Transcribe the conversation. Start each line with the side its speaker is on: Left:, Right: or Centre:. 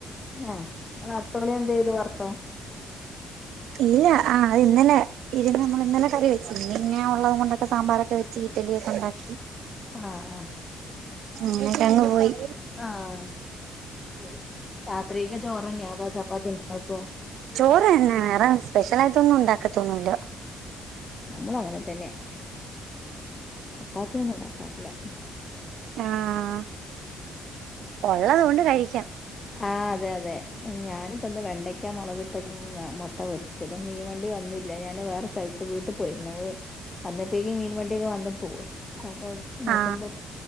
Left: ഏഹ് ആ നത്തോലിയെന്ത് ചെയ്ത് വറ്ത്തോ?
Right: ഇല്ല ആ അത് ഇന്നലെ ഇരുന്നമ്മള് ഇന്നലെ കറി വെച്ചിരുന്നു പിന്നെയുള്ളത് കൊണ്ടൊക്കെ സാമ്പാറൊക്കെ വെച്ച് ഇഡ്ഡലിയൊക്കെ ഉണ്ടാക്കി
Left: ആഹ് ആ
Right: ഉം അങ്ങനെയൊക്കെയങ്ങ് പോയി
Left: ആഹ് അഹ്ശരി രാത്രിയെക്ക് ചോറന്യ അതോ ചപ്പാത്തിണ്ടാക്കോ?
Right: ചോറ് തന്നെ വേറെ സ്പെഷ്യലായിട്ടൊന്നും ഉണ്ടാക്കത്തൊന്നൂല്ല
Left: നമ്മളും അങ്ങനെ തന്നെ ചപ്പാത്തിയൊന്നും ഉണ്ടാക്കാറില്ല
Right: ആഹ് ഒള്ളത് കൊണ്ട് കഴിക്കാം
Left: ആഹ് അതെ അതെ ഞാനിപ്പയിന്ന് വെണ്ടയ്ക്കാ മൊളകിട്ടത് ഉം മൊട്ട പൊരിച്ചതും, മീൻ വണ്ടി വന്നില്ല ഞാന് വേറെ സ്ഥലത്ത് വീട്ടി പോയിരുന്നു വന്നപ്പേയ്ക്കും മീൻ വണ്ടിയൊക്കെ വന്ന് പോയി അപ്പൊ നോക്കുമ്പം
Right: ആ